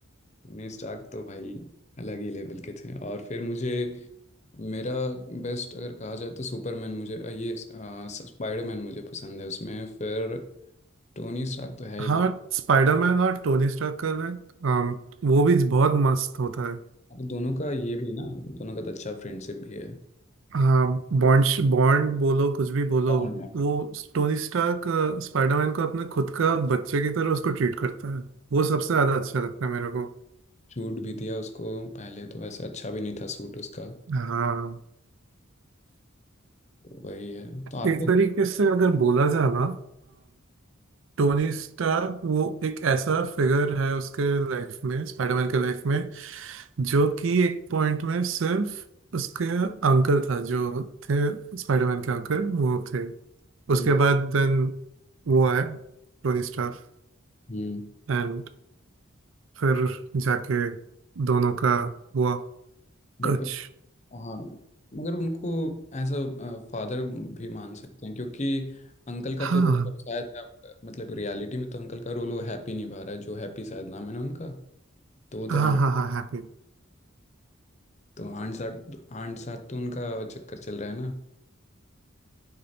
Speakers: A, on the left; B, on the right.
A: टोनी स्टार्क तो भाई अलग ही लेवल के थे और फिर मुझे मेरा बेस्ट अगर कहा जाए तो सुपरमैन मुझे अ, ये अ, स्पाइडरमैन मुझे पसंद है उसमें फिर टोनी स्टार्क तो है ही
B: हाँ
A: बट
B: स्पाइडरमैन और टोनी स्टार्क का है अम, वो भी बहुत मस्त होता है
A: अब दोनों का ये भी ना दोनों का तो अच्छा फ्रेंडशिप भी है
B: हाँ बॉन्ड बॉन्ड बोलो कुछ भी बोलो
A: कौन है
B: वो टोनी स्टार्क अ, स्पाइडरमैन को अपने खुद का बच्चे की तरह उसको ट्रीट करता है वो सबसे ज्यादा अच्छा लगता है मेरे को
A: सूट भी दिया उसको पहले तो वैसे अच्छा भी नहीं था सूट उसका
B: हाँ
A: तो वही है तो आपको
B: एक तरीके से अगर बोला जाए ना टोनी स्टार्क वो एक ऐसा फिगर है उसके लाइफ में स्पाइडरमैन के लाइफ में जो कि एक पॉइंट में सिर्फ उसके अंकल था जो थे स्पाइडरमैन के अंकल वो थे
A: हम्म
B: उसके बाद देन वो आए टोनी स्टार्क
A: हम्म
B: एंड फिर जाके दोनों का हुआ
A: बट
B: कच
A: हाँ मगर उनको एज अ फादर भी मान सकते हैं क्योंकि अंकल का
B: हाँ
A: तो रोल शायद अ, मतलब रियलिटी में तो अंकल का रोल वो हैप्पी निभा रहा है जो हैप्पी शायद नाम है ना उनका तो वो तो
B: हाँ
A: आंट
B: हाँ हाँ हैप्पी
A: तो आंट साथ आंट साथ तो उनका चक्कर चल रहा है ना